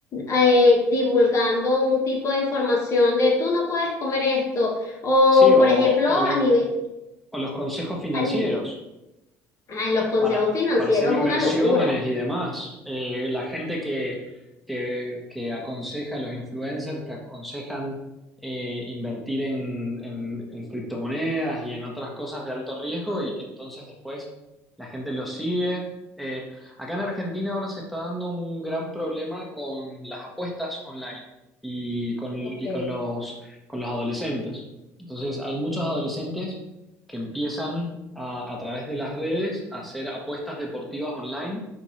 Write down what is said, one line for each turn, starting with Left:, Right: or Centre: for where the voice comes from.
Left: eh, divulgando un tipo de información de tú no puedes comer esto, o,
Centre: sí, o,
Left: por ejemplo,
Centre: o
Left: a
Centre: le-
Left: nivel,
Centre: o los consejos financieros.
Left: an- ah, los consejos
Centre: para,
Left: financieros
Centre: para hacer inversiones
Left: es una locura.
Centre: y demás. Eh, la gente que, que, que aconseja, los influencers que aconsejan eh, invertir en, en, en criptomonedas y en otras cosas de alto riesgo y que entonces después la gente los sigue. Eh, acá en Argentina ahora se está dando un gran problema con las apuestas online y con, y
Left: Ok,
Centre: con los, con los adolescentes. Entonces hay muchos adolescentes que empiezan a, a través de las redes a hacer apuestas deportivas online